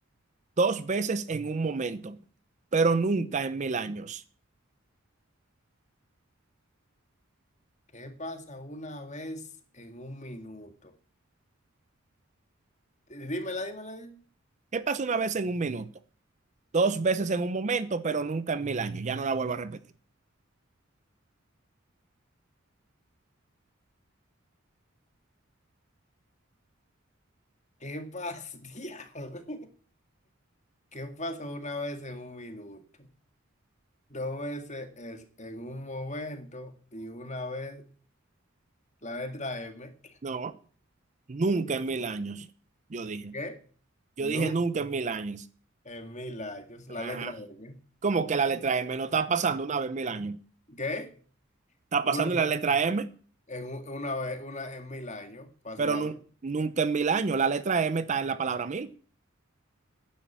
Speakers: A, on the right; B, on the left.
A: Dos veces en un momento, pero nunca en mil años.
B: ¿Qué pasa una vez en un minuto? Eh, Dímela, dímela. dí-
A: ¿Qué pasa una vez en un minuto? Dos veces en un momento, pero nunca en mil años. Ya no la vuelvo a repetir.
B: ¿Qué pasa? <laughs> Diablo. ¿Qué pasa una vez en un minuto? Dos veces es en un momento y una vez la letra M.
A: No, nunca en mil años, yo dije.
B: ¿Qué?
A: Yo
B: No.
A: dije nunca en mil años.
B: En mil años, la
A: Ajá.
B: letra M.
A: ¿Cómo que la letra M no está pasando una vez en mil años?
B: ¿Qué?
A: Está
B: Una,
A: pasando
B: sola-
A: la letra M.
B: en u- una vez, una en mil años, pasa
A: pero
B: una
A: nu-
B: vez.
A: nunca en mil años. La letra M está en la palabra mil,